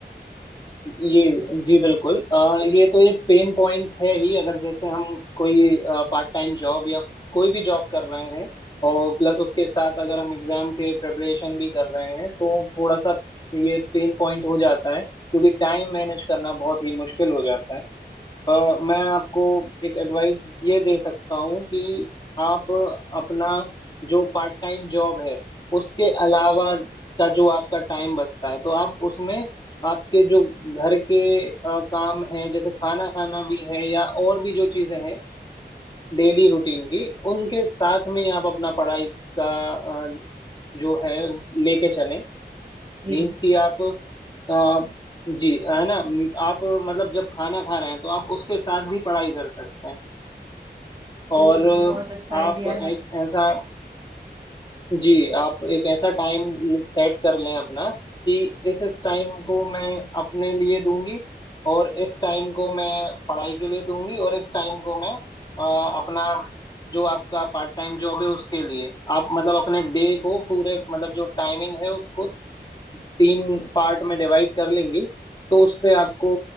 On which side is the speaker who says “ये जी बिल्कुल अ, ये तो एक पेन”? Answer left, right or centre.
Left